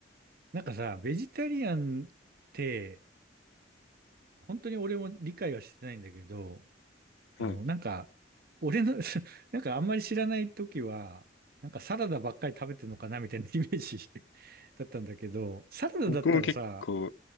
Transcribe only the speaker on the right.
う、なんかさ、ベジタリアンって、本当に俺も理解はしてないんだけど、あの、
なんか、俺の、<laughs> なんかあんまり知らない時は、なんかサラダばっかり食べてるのかなみたいな <laughs> イメージ <laughs> だったんだけど、サラダだったらさ、